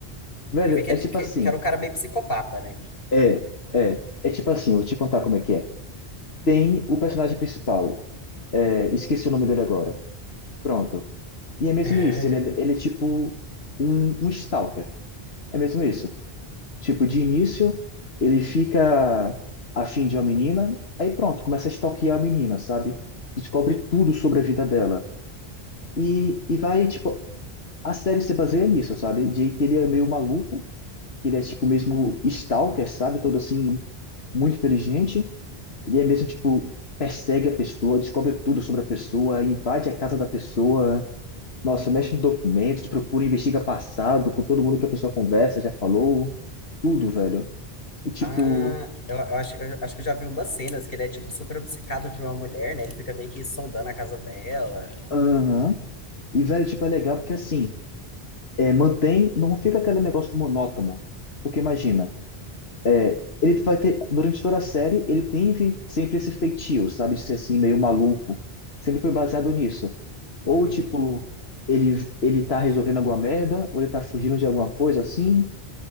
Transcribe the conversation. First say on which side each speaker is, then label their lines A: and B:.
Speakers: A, on the left (about 85°); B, on the left (about 65°).
A: Velho,
B: Eu vi que
A: é
B: ele
A: tipo
B: que,
A: assim.
B: que era um cara meio psicopata, né?
A: É, é. É tipo assim, vou te contar como é que é. Tem o personagem principal. É, esqueci o nome dele agora. Pronto. E é mesmo
B: É.
A: isso. Ele é, ele é tipo um, um stalker. É mesmo isso. Tipo, de início, ele fica afim de uma menina, aí pronto, começa a stalkear a menina, sabe? Descobre tudo sobre a vida dela. E, e vai, tipo, a série se baseia nisso, sabe? De que ele é meio maluco, que ele é, tipo, mesmo stalker, sabe? Todo assim, muito inteligente. Ele é mesmo, tipo, persegue a pessoa, descobre tudo sobre a pessoa, invade a casa da pessoa. Nossa, mexe em documentos, procura, investiga passado, com todo mundo que a pessoa conversa, já falou, tudo, velho. E, tipo.
B: Ah, eu, eu acho, eu acho que eu já vi umas cenas que ele é tipo super obcecado por uma mulher, né? Ele fica meio que sondando a casa dela.
A: Aham. E, velho, tipo, é legal porque assim, é, mantém, não fica aquele negócio monótono. Porque imagina, é, ele vai ter, durante toda a série, ele teve sempre esse feitio, sabe, de ser assim, meio maluco. Sempre foi baseado nisso. Ou,
B: Uhum.
A: tipo, ele, ele tá resolvendo alguma merda, ou ele tá fugindo de alguma coisa assim,